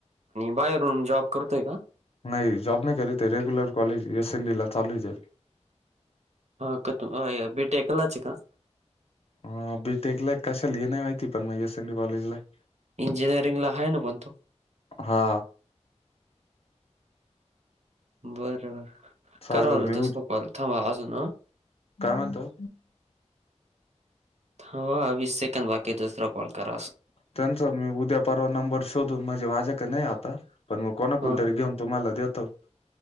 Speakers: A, on the right; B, on the left.
A: बाहेरणून जॉब करतोय का
B: नय जॉब नाही कररी ते regular college S N D ला चालूच
A: हा कोतो ओये बेटी टेकयलाच च ऐका
B: ह बीटेक ला हाय का नाही माहिती पण म एस एडी कॉलेज ला
A: इंजिनिअरिंग ला हाय ना पण तो
B: हा
A: बर बर
B: चालेल.
A: कराव र
B: मी
A: दसत
B: उद
A: कॉल थांब अजून ह
B: काय म्हणतो
A: हो वीस सेकंंद बाकी दुसरा कॉल करास
B: त्यांचा मी उद्या परवा नंबर शोधून म्हणजे माझ्या का नाही आता पण मग कोणाकणतरी
A: हा
B: घेऊन तुम्हाला देतो